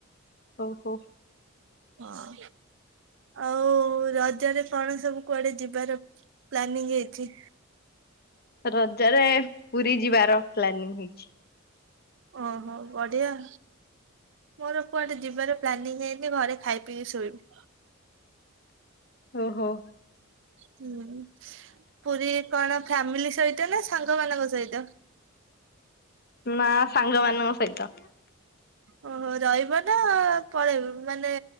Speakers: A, on the left (about 45°); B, on the right (about 60°).
A: ଓହୋ।
B: ହଁ। ଆଉ ରଜରେ, କଣ ସବୁ କୁଆଡେ ଯିବାର ପ୍ଲାନିଂ ହେଇଛି?
A: ରଜରେ, ପୁରୀ ଯିବାର ପ୍ଲାନିଂ ହେଇଚି।
B: ଓହୋ, ବଢିଆ। ମୋର କୁଆଡେ ଯିବାର ପ୍ଲାନିଂ ହେଇନି, ଘରେ ଖାଇ ପିଇକି ଶୋଇବି।
A: ଓହୋ।
B: ହୁଁ। ପୁରୀ କଣ? ଫ୍ୟାମିଲି ସହିତ ନା, ସାଙ୍ଗ ମାନଙ୍କ ସହିତ?
A: ନା, ସାଙ୍ଗ ମାନଙ୍କ ସହିତ।
B: ଓହୋ। ରହିବ ନା ପଳେଇବ, ମାନେ